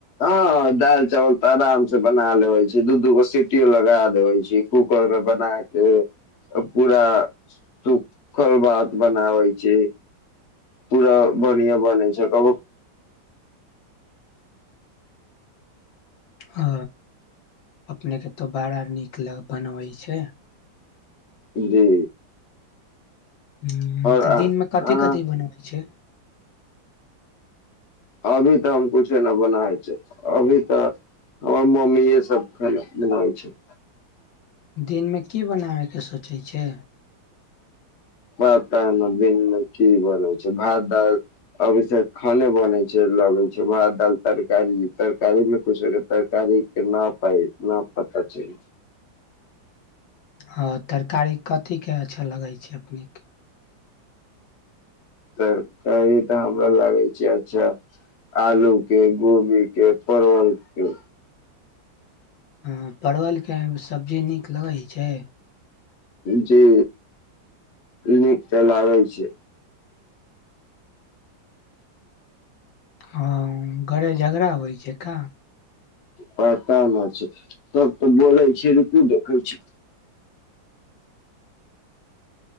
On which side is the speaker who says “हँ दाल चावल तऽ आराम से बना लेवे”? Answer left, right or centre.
Left